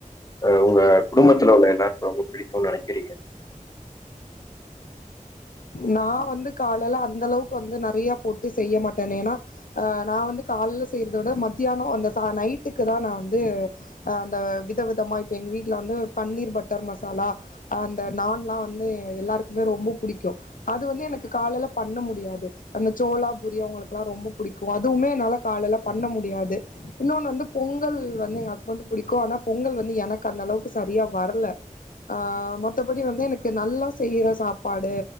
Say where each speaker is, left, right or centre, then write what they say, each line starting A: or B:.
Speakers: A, on the left; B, on the left.
A: அ உங்க குடும்பத்துல உள்ள எல்லாருக்கும் பிடிக்கும் நினைக்கிறீங்க
B: நான வந்து காலேல அந்த அளவுக்கு வந்து நெறைய போட்டு செய்ய மாட்டேன் ஏன்னா ஆ நான வந்து காலல செய்யறத விட மத்தியானம் அந்த ச நைட்டுக்கு தான் நான வந்து அஹ அந்த வித விதமா இப்ப எங்க வீட்டுல வந்து பன்னீர் பட்டர் மசாலா அந்த நான் எல்லாம் வந்து எல்லாருக்குமே ரொம்ப புடிக்கும் அது வந்து எனக்கு காலையில பண்ண முடியாது அந்த சோளா பூரி அவங்களுக்கெல்லாம் ரொம்ப பிடிக்கும் அதுவுமே என்னால காலையில பண்ண முடியாது இன்னொன்னு வந்து பொங்கல் வந்து எங்க ஹஸ்பண்ட் பிடிக்கும் ஆனா பொங்கல் வந்து எனக்கு அந்த அளவுக்கு சரியா வரல ஆஹ் மத்தபடி வந்து எனக்கு நல்லா செய்யற சாப்பாடு